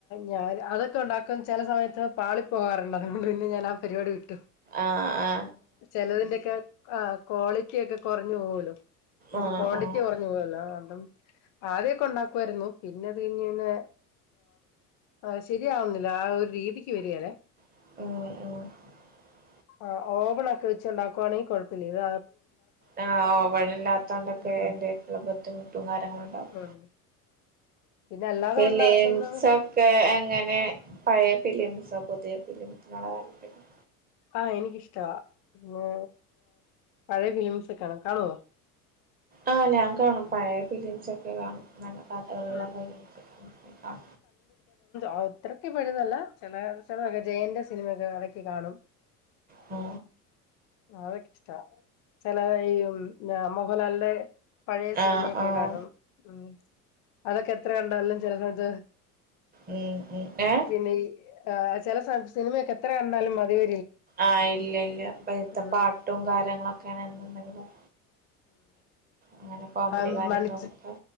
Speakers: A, on the left; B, on the right.
A: ഞാ അതക്കെ ഉണ്ടാക്കും ചില സമയത്ത് പാളി പോകാറുണ്ട് അതുകൊണ്ട് പിന്നെ ഞാൻ ആ പരിപാടി വിട്ട
B: ആഹ ആ
A: ചെിലതിന്റെയക്കെ ആ ക്വാളിറ്റി ഒക്കെ കുറഞ്ഞു പോവലോ
B: ആഹ്
A: െ ക്വാണ്ടിറ്റി
B: ആഹ്
A: കുറഞ്ഞു പോവല്ലോ കും ആദ്യമൊക്കെ ഉണ്ടാക്കുവായിരുന്നു പിന്നെ അത് കഴിഞ്ഞ്ഞ കഴിഞ്ഞ ആഹ ശരിയാവുന്നില്ല ആ ഒരു രീതിക്ക് വരില്ലേ
B: <unintelligible>
A: ആ ഓവൺ ഒക്കെ വെച്ച്ണ്ടാക്കുവാണെങ്കിൽ കുഴപ്പില്ല
B: ആ വഴ ഇില്ലാത്ത കൊണ്ടൊക്കെ
A: ഉം ഉം
B: എന്റെറക്കുള്ള ബുദ്ധിമുട്ടും കാര്യങ്ങള ഉണ്ടാാവും
A: ഉം പിന്നെ അല്ലാതെ
B: ഫിലിംസ്
A: ഉണ്ടാക്കുന്നത്
B: ഒക്കെ എങ്ങനെ പഴയ ഫിലിംസ്ക്കെ പുതിയ പുരുമത്തിനുള്ള താല്പര്യം
A: ആഹ് എനിക്കിഷ്ടവാ പിന്നെ പഴയ ഫിലിംസ് ഒക്കൊണ് കാണുവോ
B: ആഹ ഞാൻ കാണും പഴയ ഫിലിംസ് ഒക്കെ കാണും നല്ല കാട്ടകല്ല
A: ഉം
B: പോ
A: അത്രക്ക് പെരുന്നല്ല ചില ചിലൊക്കെ ജയന്റെ സിനിമക്കെ ഇടക്ക് കാണും
B: ആ
A: അതൊക്കെ ഇഷ്ട ചില ഈ മോഹൻലാലിന്റെ പഴയ സിനിമയൊക്കെ
B: ആഹ് ആഹ്
A: കാണും ഉ അതൊക്കെ എത്ര കണ്ടാലും ചെിലത്
B: ഉം ഉം ഏ
A: പിന്നെ ഈ ആ ചില സിനിമയൊക്കെ എത്ര കണ്ടാലും അതിവ
B: ആഹ് ഇല്ല ഇല്ല ഇപ്പ ഇഴത്തെ
A: ഉം
B: പാട്ടും കാര്യങ്ങളൊക്കെയാണ്ണ്ടെങ്കിലും അങ്ങനെ
A: ആ
B: കാര്യങ്ങളുമൊക്കെ
A: മണിിച്ച